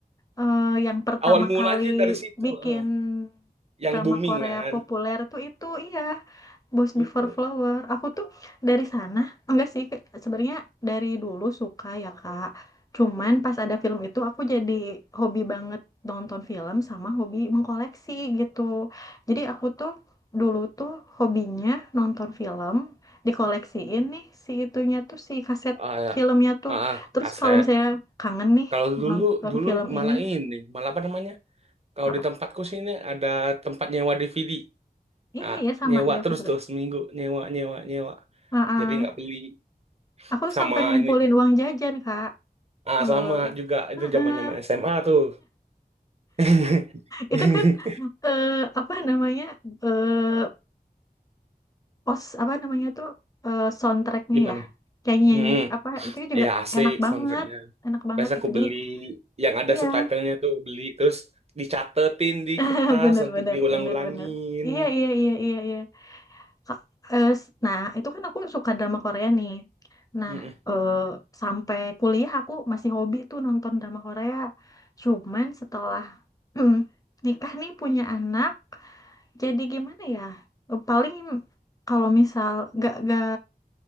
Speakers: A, on the left; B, on the right.
A: Eh, yang pertama
B: Awal mula
A: kali
B: aja dari situ,
A: bikin
B: ah. yang
A: drama
B: booming
A: Korea
B: kan,
A: populer tuh itu iya. Boys
B: itu.
A: Before Flower. Aku tuh dari sana, enggak sih, ke- sebenarnya dari dulu suka ya, Kak. Cuman
B: Hmm.
A: pas ada film itu aku jadi hobi banget nonton film sama hobi mengkoleksi gitu. Jadi aku tuh dulu tuh hobinya nonton film, dikoleksiin nih si itunya tuh si kaset
B: Ah, ya.
A: filmnya tuh.
B: ah, ah,
A: Terus
B: kaset.
A: kalau misalnya kangen nih
B: Kalau dulu
A: nonton
B: dulu
A: film
B: malah
A: ini
B: ini, malah apa namanya? Kalau
A: apa?
B: di tempatku sini ada tempat nyewa DVD.
A: Iya,
B: Nah,
A: iya sama
B: nyewa
A: dia aku
B: terus
A: juga.
B: tuh seminggu nyewa nyewa nyewa.
A: Ah,
B: Jadi nggak
A: ah.
B: beli
A: Aku
B: sama
A: tuh sampai ngumpulin
B: ini.
A: uang jajan, Kak.
B: Ah,
A: Eh,
B: sama juga itu
A: Heeh.
B: zaman-zaman SMA tuh. <laughs>
A: Itu kan eh, apa namanya eh pos apa namanya tuh eh, soundtracknya
B: Gimana?
A: ya nyanyi-nyanyi
B: Hmm,
A: apa itu kan juga
B: ya asik
A: enak banget
B: soundtracknya.
A: enak banget
B: Biasa
A: gitu
B: aku beli
A: jadi
B: yang ada
A: iya
B: subtitlenya tuh beli terus dicatetin di
A: <laughs>
B: kertas
A: bener
B: nanti
A: bener
B: diulang-ulangin.
A: bener bener iya iya iya iya iya Ka- eh, s- nah itu kan aku suka drama Korea nih nah
B: Hmm, hmm.
A: eh, sampai kuliah aku masih hobi tuh nonton drama Korea cuman setelah <clears throat> nikah nih punya anak jadi gimana ya paling kalau misal gak gak